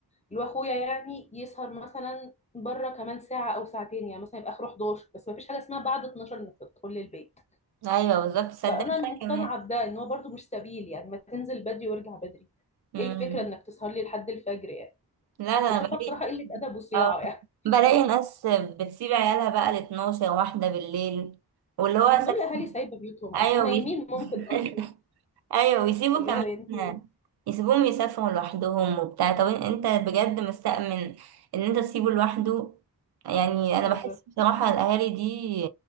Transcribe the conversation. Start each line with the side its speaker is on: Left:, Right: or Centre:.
Left: اللي هو اخويا يعني يسهر مثلا بره كمان ساعه او ساعتين يعني مثلا يبقى اخره 11 بس مفيش حاجه اسمها بعد 12 انك تدخل البيت
Right: ايوه بالظبط صدقني
Left: فانا مقتنعه
Right: انا كمان
Left: بده ان هو برده مش سبيل يعني ما تنزل بدري وارجع بدري
Right: امم
Left: ايه الفكره انك تسهر لي لحد الفجر يعني
Right: لا ده
Left: بشوفها
Right: انا بلاقي
Left: بصراحة قلة أدب وصياعة
Right: اه
Left: يعني
Right: بلاقي ناس بتسيب عيالها بقى ل 12 واحدة بالليل واللي هو
Left: دول
Right: أساس-
Left: أهالي سايبة بيوتهم أصلا
Right: ايوه
Left: ونايمين
Right: بي-
Left: ممكن
Right: <laughs>
Left: أصلا
Right: ايوه ويسيبوا
Left: اللي هو أنت
Right: كمان يسيبوهم يسافروا لوحدهم وبتاع طب انت بجد مستأمن ان انت تسيبه لوحده يعني انا
Left: بالظبط
Right: بحس بصراحة الاهالي دي